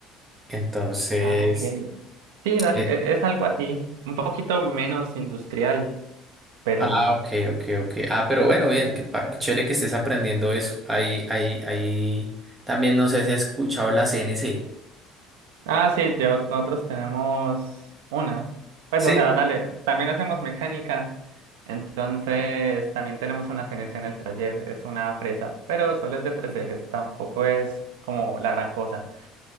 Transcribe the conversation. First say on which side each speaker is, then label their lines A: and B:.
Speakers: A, on the right; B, on the right.
A: Entonces,
B: Ah, ok. Sí, dale,
A: eh,
B: e- es algo así, un poquito menos industrial, pero
A: ah,
B: sí.
A: ok, ok, ok. Ah, pero bueno, bien, que pa- chévere que estés aprendiendo eso. Ahí, ahí, ahí, también no sé si has escuchado la CNC.
B: Ah, sí, yo- nosotros tenemos una. Pues,
A: Sí.
B: o sea, dale, también hacemos mecánica, entonces también tenemos una CNC en el taller, es una fresa, pero solo es de tres ejes, tampoco es como la gran cosa.